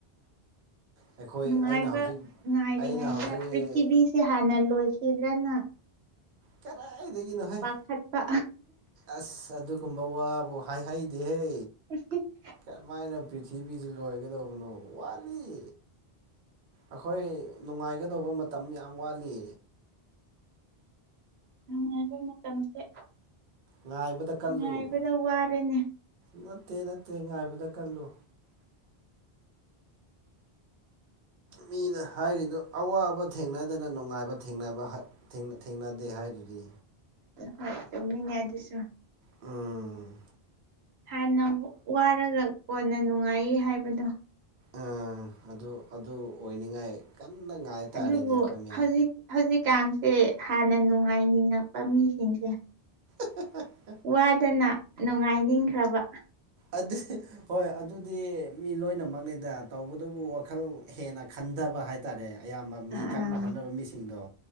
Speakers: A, on the right (about 55°); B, on the right (about 75°).
A: ꯑꯩꯈꯣꯏ
B: ꯅꯨꯡꯉꯥꯏꯕ
A: ꯑꯩꯅ ꯍꯧꯖꯤꯛ
B: ꯉꯥꯏꯔꯤꯉꯩꯗ
A: ꯑꯩꯅ ꯍꯧꯖꯤꯛ
B: ꯄ꯭ꯔꯤꯊꯤꯕꯤꯁꯤ ꯍꯥꯟꯅ ꯂꯣꯏꯈꯤꯗꯅ
A: ꯀꯗꯥꯏꯗꯒꯤꯅꯣ ꯍꯩ
B: ꯄꯥꯈꯠꯄ
A: ꯑꯁ ꯑꯗꯨꯒꯨꯝꯕ ꯋꯥꯕꯨ ꯍꯥꯏꯍꯩꯗꯦꯍꯦ
B: <unintelligible>
A: ꯀꯔꯝꯃꯥꯏꯅ ꯄ꯭ꯔꯤꯊꯤꯕꯤꯁꯤ ꯂꯣꯏꯒꯗꯧꯕꯅꯣ ꯋꯥꯠꯂꯤ ꯑꯈꯣꯏ ꯅꯨꯡꯉꯥꯏꯒꯗꯧꯕ ꯃꯇꯝ ꯌꯥꯝ ꯋꯥꯠꯂꯤ
B: ꯅꯨꯡꯉꯥꯏꯕ ꯃꯇꯝꯖꯦ
A: ꯉꯥꯏꯕꯗ ꯀꯜꯂꯨ
B: ꯉꯥꯏꯕꯗ ꯋꯥꯔꯦꯅꯦ
A: ꯅꯠꯇꯦ ꯅꯠꯇꯦ ꯉꯥꯏꯕꯗ ꯀꯜꯂꯨ ꯃꯤꯅ ꯍꯥꯏꯔꯤꯗꯨ ꯑꯋꯥꯕ ꯊꯦꯡꯅꯗꯅ ꯅꯨꯡꯉꯥꯏꯕ ꯊꯦꯡꯅꯕ ꯊꯦꯡꯅꯗꯦ ꯍꯥꯏꯗꯨꯗꯤ
B: ꯍꯣꯏ ꯆꯨꯃꯤꯅꯦ ꯑꯗꯨꯁꯨ
A: ꯎꯝ
B: ꯍꯥꯟꯅ ꯋꯥꯔꯒ ꯀꯣꯟꯅ ꯅꯨꯡꯉꯥꯏꯌꯦ ꯍꯥꯏꯕꯗꯣ
A: ꯑꯥ ꯑꯗꯨ ꯑꯗꯨ ꯑꯣꯏꯅꯤꯉꯥꯏ ꯀꯟꯅ ꯉꯥꯏ ꯇꯥꯥꯔꯦꯅꯦ
B: ꯑꯗꯨꯕꯨ
A: ꯑꯩꯈꯣꯏ ꯃꯌꯥꯝ
B: ꯍꯧꯖꯤꯛ ꯍꯧꯖꯤꯛꯀꯥꯟꯁꯦ ꯍꯥꯟꯅ ꯅꯨꯡꯉꯥꯏꯅꯤꯡꯉꯛꯄ ꯃꯤꯁꯤꯡꯁꯦ
A: <unintelligible>
B: ꯋꯥꯗꯅ ꯅꯨꯡꯉꯥꯏꯅꯤꯡꯈ꯭ꯔꯕ
A: ꯑꯗ ꯍꯣꯏ ꯑꯗꯨꯗꯤ ꯃꯤ ꯂꯣꯏꯅꯃꯛꯅꯤꯗ ꯇꯧꯕꯗꯨꯕꯨ ꯋꯥꯈꯜ ꯍꯦꯟꯅ ꯈꯟꯊꯕ ꯍꯥꯏꯇꯥꯔꯦ ꯍꯥꯏꯇꯥꯥꯔꯦ ꯑꯌꯥꯝꯕ ꯃꯤ
B: ꯑꯥ
A: ꯀꯟꯅ ꯍꯣꯠꯅꯕ ꯃꯤꯁꯤꯡꯗꯣ